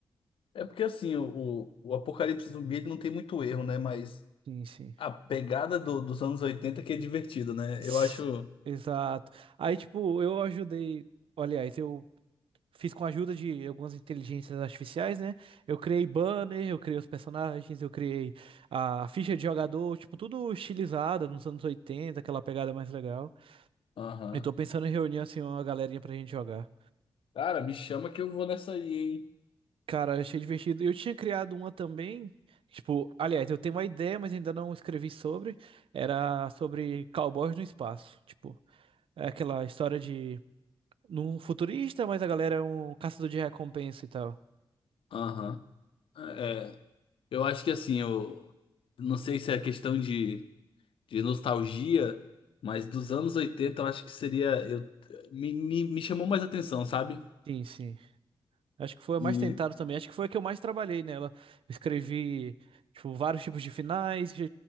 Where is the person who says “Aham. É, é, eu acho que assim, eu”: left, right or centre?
Left